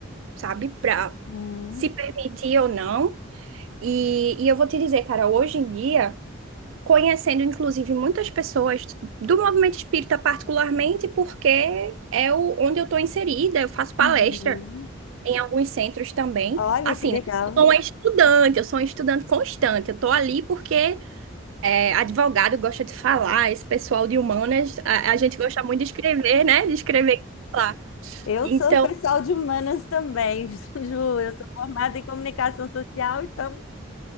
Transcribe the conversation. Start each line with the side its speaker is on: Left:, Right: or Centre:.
Right: sabe, pra
Left: Uhum,
Right: se permitir ou não. E, e eu vou te dizer, cara, hoje em dia, conhecendo inclusive muitas pessoas do movimento espírita, particularmente porque é o, onde eu tô inserida, eu faço palestra
Left: uhum.
Right: em alguns centros também.
Left: Olha
Right: Assim,
Left: que legal.
Right: né? Eu sou uma estudante, eu sou uma estudante constante, eu tô ali porque é, advogado gosta de falar, esse pessoal de humanas, a, a gente gosta muito de escrever, né? De escrever e falar.
Left: Eu
Right: Então,
Left: sou pessoal de humanas também, <laughs> Ju. Eu sou formada em comunicação social, então.